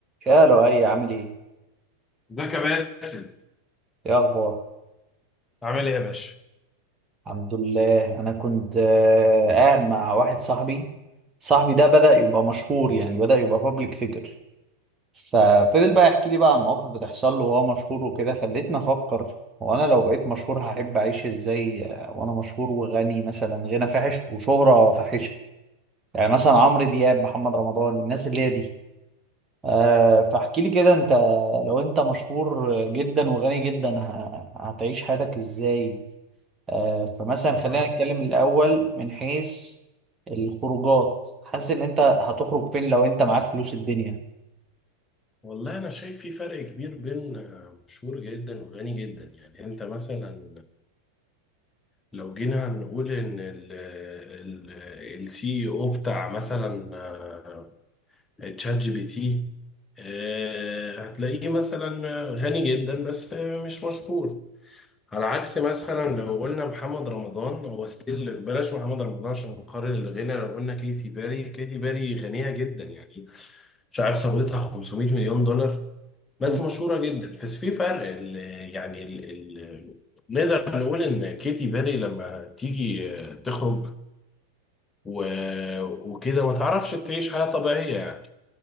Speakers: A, on the right; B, on the left.
A: يا لؤي عامل ايه؟
B: ازيك يا باسل
A: ايه اخبار؟
B: عامل ايه يا باشا؟
A: الحمد لله انا كنت آه، قاعد مع واحد صاحبي صاحبي ده بدأ يبقى مشهور يعني بدأ يبقى بابليك فيجر ففضل بقى يحكي لي بقى عن مواقف بتحصل له وهو مشهور وكده خلتني افكر هو انا لو بقيت مشهور هحب اعيش ازاي آه، وانا مشهور وغني مثلا غنى فاحش وشهرة فاحشة يعني مثلا عمرو دياب محمد رمضان الناس اللي هي دي أه فاحكي لي كده انت لو انت مشهور جدا وغني جدا ه- هتعيش حياتك ازاي آه، فمثلا خلينا
B: واه.
A: نتكلم الأول من حيث الخروجات حاسس إن أنت هتخرج فين لو أنت معاك فلوس الدنيا
B: والله أنا شايف في فرق كبير بين آه، مشهور جدا وغني جدا يعني أنت مثلا لو جينا نقول إن السي اي او بتاع مثلا آه، تشات جي بي تي آه، هتلاقيه مثلا آه، غني جدا بس آه، مش مشهور على عكس مثلا لو قلنا محمد رمضان هو ستيل بلاش محمد رمضان عشان نقارن الغنى لو قلنا كيتي باري كيتي باري غنية جدا يعني مش عارف ثروتها 500 مليون دولار بس
A: مم.
B: مشهورة جدا بس في فرق ال- يعني ال ال نقدر نقول ان كيتي بيري لما تيجي تخرج و- وكده ما تعرفش تعيش حياة طبيعية يعني